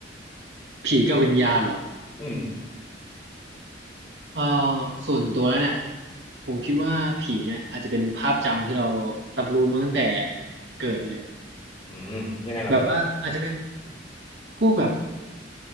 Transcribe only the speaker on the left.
อืม
อืมยังไงล่ะครับ